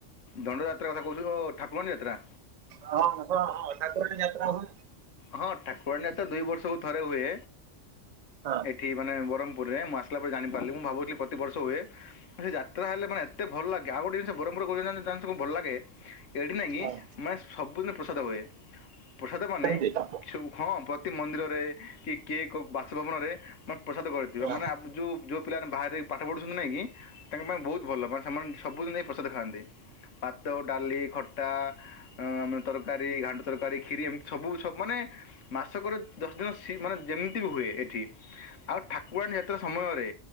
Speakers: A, on the left (about 85°); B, on the right (about 65°).
A: ଦଣ୍ଡଯାତ୍ରା କଥା କହୁଛନ୍ତି ଓ ଠାକୁରାଣୀ ଯାତ୍ରା
B: ହଁ ତ ହଁ ଠାକୁରାଣି ଯାତ୍ରା ହୋଉଛି।
A: ହଁ ଠାକୁରାଣି ଯାତ୍ରା ତ ଦୁଇ ବର୍ଷକୁ ଥରେ ହୁଏ
B: ହଁ
A: ଏଠି ମାନେ ବରମପୁ ପୁରୁ ରେ ମୁଁ ଆସିଲା ପରେ ଜାଣି ପାରିଲି ମୁଁ ଭାବୁଥିଲି ପ୍ରତିିବର୍ଷ ହୁଏ ସେ ଯାତ୍ରା ହେଲେ ମାନେ ଏତେ ଭଲ ଲାଗେ ଆଉ ଗୋଟେ ଜିନଷ ବରମପୁର କହୁଛନ୍ତି ଜାଣିଛ ଜାଣିଛ ବହୁତ ଭଲ ଲାଗେ ଏଇଠି ନାଇଁ କି
B: ହଁ
A: ମାନେ ସବୁଦିନ ପ୍ରସାଦ ହୁଏ ପ୍ରସାଦମାନେ
B: ସେମିତି ହଁ
A: ସବୁ ହଁ ପ୍ରତି ମନ୍ଦିରରେ କି କିଏ କୋଉ ବାସଭବନରେ ମାନେ ପ୍ରସାଦ କରି ଯିବା
B: ହଁ
A: ମାନେ ଆବେ ଯୋଉ ଯୋଉ ପିଲାମାନେ ବାହାରେ ପାଠ ପଢୁଛନ୍ତି ନାଇଁ କି ତାଙ୍କ ପାଇଁ ବହୁତ ଭଲ। ତାପରେ ସେମାନେ ସବୁଦିନ ଯାଇ ପ୍ରସାଦ ଖାଆନ୍ତି ଭାତ ଡାଲି ଖଟା ଅ ଆମେ ତରକାରୀ ଘାଣ୍ଟ ତରକାରୀ କ୍ଷିରି ଏମିତି ସବୁ ସବ ମାନେ ମାସକରେ ଦଶ ଦିନ ସି ମାନେ ଯେମିତି ବି ହୁଏ ଏଠି ଆଉ ଠାକୁରାଣୀ ଯାତ୍ରା ସମୟରେ